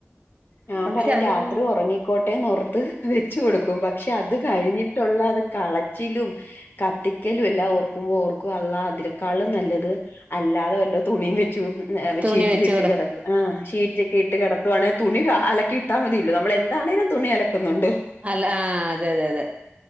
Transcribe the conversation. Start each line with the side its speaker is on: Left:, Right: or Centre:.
Left: ഞാൻ
Right: പക്ഷെ
Left: പറയും
Right: അതും
Left: രാത്രി ഉറങ്ങിക്കോട്ടെന്നോർത്ത് വെച്ച് കൊടുക്കും പക്ഷെ അത് കഴിഞ്ഞി ട്ടുള്ള കളച്ചിലും കത്തിക്കലും എല്ലാം ഓർക്കുമ്പോ ഓർക്കും അള്ളാ അതി ക്കാ ളും നല്ലത് അല്ലാതെ വല്ലോ തുണിയും വെച്ചുഷീറ്റിൽ
Right: തുണി വെച്ച്
Left: ഇട്ട്
Right: കൊടുക്ക
Left: കിടക്കും ആ ഷീറ്റൊക്കെ ഇട്ട് കിട അതുവേണേൽ തുണികൾ അലക്ക ക്കി ഇട്ടാ മതിയല്ലോ നമ്മൾ എന്താണേലും തുണി അലക്കുന്നുണ്ട്
Right: അല്ല ആ അതെ അതെ അതെ